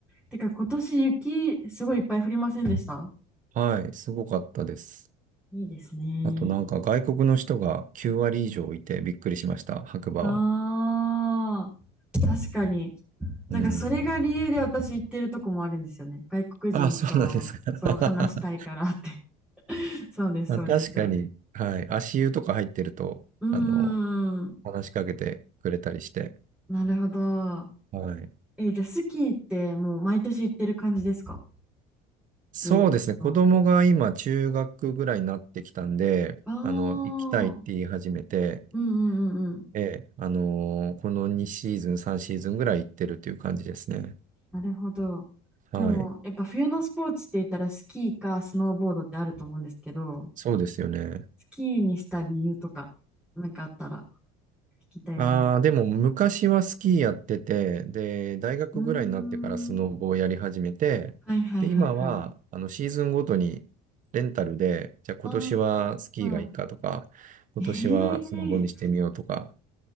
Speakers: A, in the centre; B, on the right (about 45°).
A: てか今年雪すごいいっぱい降りませんでした
B: はい。すごかったです。
A: いいですね。
B: あとなんか外国の人が9割以上いてびっくりしました。白馬は。
A: ああ。確かに。なんかそれが理由で私行ってるとこもあるんですよね。
B: うん。
A: 外国人とそう話したいからって。
B: あ、そうなんですか。<laughs>
A: <laughs> そうです、
B: まあ、
A: そうです。
B: 確かに、
A: う
B: はい。足湯とか入ってると、
A: ーん、
B: あの、話しかけてくれたりして。
A: なるほど。
B: はい。
A: え、じゃあスキーってもう毎年行ってる感じですか
B: そうですね。
A: ずっと。
B: 子供が今、中学ぐらいになってきたんで、
A: あ
B: あの、行きたいって言い始めて、
A: あ、うんうんうんうん。
B: ええ、あのーこの2シーズン、3シーズンぐらい行ってるっていう感じですね。
A: なるほど。
B: はい。
A: でもやっぱ冬のスポーツって言ったらスキーかスノーボードってあると思うんですけど、
B: そうですよね。
A: スキーにした理由とか、なんかあったら聞きたいなって。
B: ああ、でも昔はスキーやってて、で、大学ぐらいになってからスノボをやり始めて、
A: うーん。はいはいはいはい。
B: で、今は、あの、シーズンごとにレンタルで、じゃあ今年はスキーがいいかとか、
A: ああ、
B: 今年はスノボにしてみようとか、
A: <laughs> ええ